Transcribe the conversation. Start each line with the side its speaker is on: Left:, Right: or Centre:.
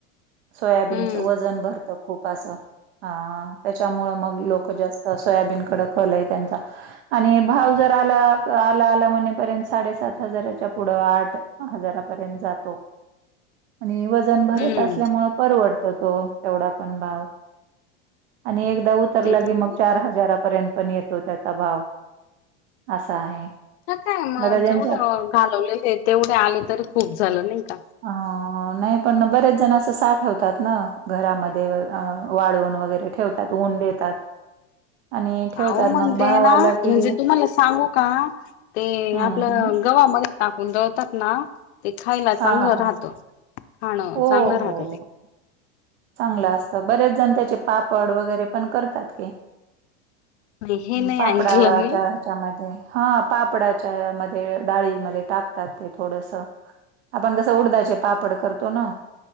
Right: सोयाबीनचं
Left: हम्म
Right: वजन भरतं खूप असं अ त्याच्यामु मग लोक जास्त सोयाबीन कडे कलं आय त्यांचा आणि भाव जर आला आला आला म्हणपर्यंत साडेसात हजाराच्या पुढं आठ ह हजारापर्यंत जातो
Left: <inaudible>
Right: आणि भरत
Left: हम्म
Right: असल्यामुळे परवर तो तेवढा पण भाव आणि एकदा तर
Left: ते
Right: लगे
Left: आहे
Right: मग चार हजारापर्यंत पण येतो त्याचा भाव असा आहे
Left: ह काय मग
Right: आता ज्यांच्या
Left: जेवढं घालवलेले तेवढे आले तरी खूप झालं नाही का
Right: ह नाही पण बरेच जण तसा ठेवतात ना घरामध्ये वाळवण वगैरे ठेवतात ऊन देतात आणि ठेवतात
Left: हो म्हणते
Right: मग भाव
Left: ना
Right: आला की
Left: म्हणजे तुम्हाला सांगू का ते
Right: हं,
Left: आपलं
Right: हं.
Left: गव्हामध्ये टाकून दळतात ना ते खायला
Right: हां,
Left: चांगलं
Right: हां.
Left: राहत खाणं
Right: हो,
Left: चांगलं
Right: हो.
Left: राहत ते
Right: हो. चांगलं असतं बरेच जण त्याचे पापड वगैरे पण करतात की
Left: आणि हे नाही
Right: ् पापडाच्या
Left: ऐकलं मी
Right: <inaudible> हा पापडाच्या मध्ये डाळीमध्ये टाकतात ते थोडस आपण कसं उडदाचे पापड करतो ना